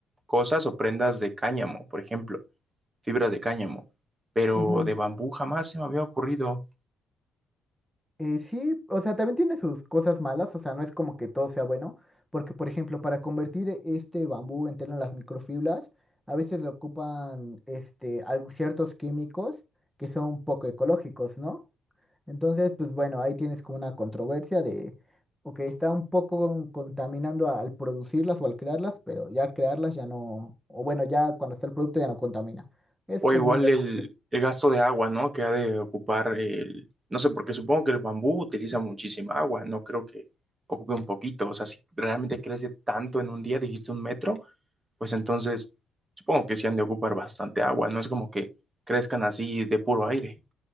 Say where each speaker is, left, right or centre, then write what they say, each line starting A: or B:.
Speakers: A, on the right (about 20°); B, in the centre.
A: cosas o prendas de cáñamo, por ejemplo, fibra de cáñamo, pero
B: Ujú.
A: de bambú jamás se me había ocurrido.
B: Eh, sí, o sea, también tiene sus cosas malas, o sea, no es como que todo sea bueno, porque por ejemplo, para convertir e- este bambú en tela en las microfibras, a veces le ocupan este al- ciertos químicos que son poco ecológicos, ¿no? Entonces, pues bueno, ahí tienes como una controversia de, ok, está un poco contaminando al producirlas o al crearlas, pero ya crearlas ya no, o bueno, ya cuando está el producto ya no contamina. Es
A: O
B: como
A: igual
B: un debate.
A: el, el gasto de agua, ¿no? Que ha de ocupar el... No sé, porque supongo que el bambú utiliza muchísima agua, no creo que ocupe un poquito. O sea, si realmente crece tanto en un día, dijiste un metro, pues entonces supongo que sí han de ocupar bastante agua, no es como que crezcan así de puro aire.